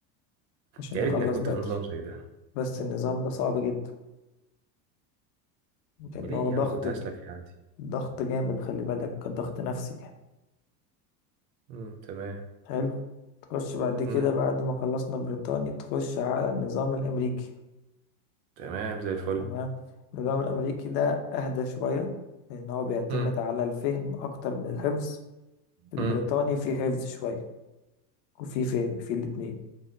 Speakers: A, on the left (about 75°); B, on the right (about 85°).
A: عشان
B: يا
A: يخلص
B: ريتني كنت
A: بدري
B: في نظام زي ده
A: بس النظام ده صعب جدا لان
B: ليه
A: هو ضغط
B: يا عم كنت هسلك في عندي
A: ضغط جامد خلي بالك ضغط نفسي يعني
B: مم. تمام
A: حلو تخش بعد كده
B: مم.
A: بعد ما خلصنا بريطاني تخش على النظام الامريكي
B: تمام زي الفل
A: تمام النظام الامريكي ده اهدى شوية لان هو بيعتمد
B: امم
A: على الفهم اكتر من الحفظ البريطاني
B: امم
A: فيه حفظ شوية وفيه فهم فيه الاتنين